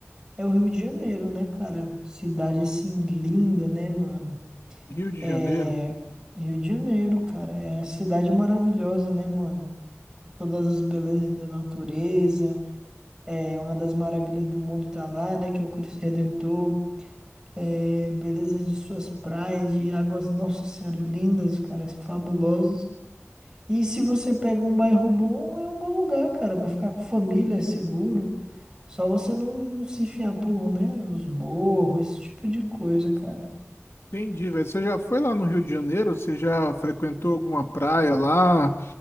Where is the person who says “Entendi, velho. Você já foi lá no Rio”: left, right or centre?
Left